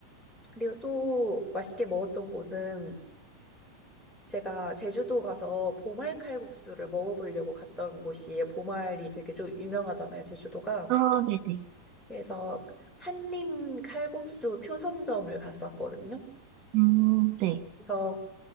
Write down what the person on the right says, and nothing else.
아, 네네.
음, 네.